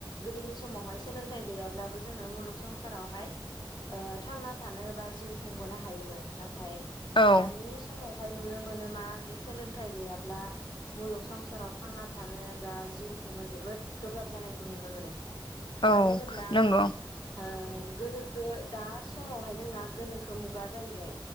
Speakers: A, on the left; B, on the left.
A: गोदोनि समावहाय सोलोंथाइ गैयाब्लाबो जोंङो मुलुग संसारावहाय ओ थांना थानो बा जिउ खुंबोनो हायोमोन नाथाय
B: औ
A: दानि समावहाय नुनो मोनो मा जे सोलोंथाइ गैयाब्ला मुलुग संसाराव थांना थानो बा जिउ खुंनो जोबोद गोब्राब जानायखौ नुनो मोनो
B: औ
A: मानो होनोब्ला
B: नंगौ
A: ओ गोनोखो दा समावहाय जोंना गोनोखो मुगा जाहैबाय